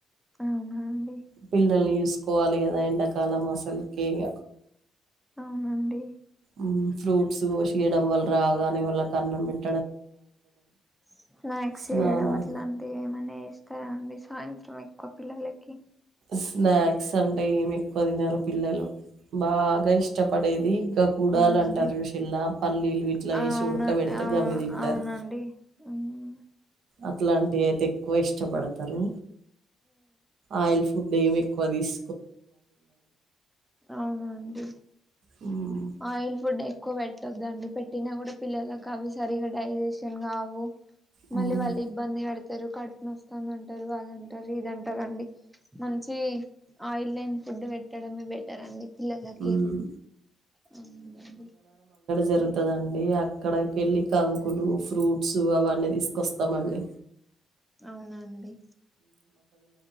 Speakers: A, in the centre; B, on the right (about 65°).
A: అవునా అండి.
B: పిల్లల్ని చూసుకోవాలి కదా ఎండాకాలం అసలుకి ఇగ
A: అవునండి.
B: ఊ ఫ్రూట్స్ కోషియడం వల్ల రాగానే వాల్ల కన్నం పెట్
A: స్నాక్స్
B: స్నానాలు
A: చేయడం అట్లాంటివి ఏమన్న ఏ చేస్తారా అండి సాయంత్రం ఎక్కువ పిల్లలకి
B: స్నాక్స్ అంటే ఏమి ఎక్కువ తినరు పిల్లలు బాగా ఇష్టపడేది <unintelligible> గుడాలంటారుషల్లా
A: అవునండి
B: పల్లీలు ఇట్లా
A: ఆ
B: వేసి
A: అవున
B: ఉడకబెడితే
A: ఆ
B: గవ్వి తింటారు.
A: అవునండి మ్మ్
B: అట్లాంటివి అయితే ఎక్కువ ఇష్టపడతరు. ఆయిల్ ప్ ఫుడ్ ఏం ఎక్కువ తీస్
A: అవునాండి
B: హ్మ్
A: ఆయిల్ ఫుడ్ ఎక్ ఎక్కువ పెట్టొద్దండి పెట్టినా కూడా పిల్లలకి అవి సరిగా డైజెషన్ కావు
B: హ్మ్
A: మళ్ళీ వాళ్ళు ఇబ్బంది పడతారు కడుపునస్తుంది అంటారు అదంటారు ఇదంటారండి మంచి ఆయిల్ లేని ఫుడ్ పెట్టడమే బెటర్ అండి. పిల్లలకి
B: హ్మ్
A: అవునండి.
B: జరుగుతుదండి అక్కడ కెళ్ళి కంకులు ఫ్రూట్స్ అవన్న తీస్ వస్తామండి.
A: అవునండి.